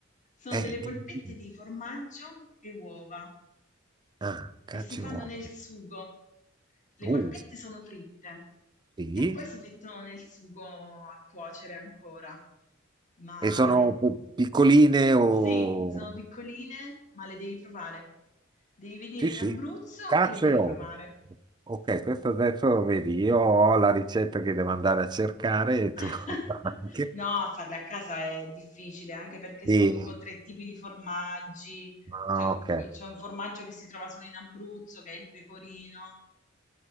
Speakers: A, on the left (about 40°); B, on the right (about 20°).
A: sono
B: Eh,
A: delle
B: di-
A: polpette
B: di-
A: di formaggio e uova
B: ah, caccia
A: e si fanno
B: e uova.
A: nel sugo. Le
B: Uh,
A: polpette sono fritte
B: sì.
A: e poi si mettono nel sugo a cuocere ancora. Ma
B: E sono
A: le,
B: pi- piccoline o...
A: sì, sono piccoline, ma le devi provare. Devi venire
B: Sì, sì,
A: in Abruzzo
B: cacio
A: e le devi
B: e uovo.
A: provare.
B: Ok, questo adesso vedi, io ho la ricetta che devo andare a cercare e tu
A: <laughs>
B: <laughs> anche.
A: No, farle a casa è difficile, anche perché
B: Di-
A: sono tipo tre tipi di formaggi,
B: ah,
A: cioè comunque
B: Ok,
A: c'è un formaggio che si trova solo in Abruzzo, che è il pecorino.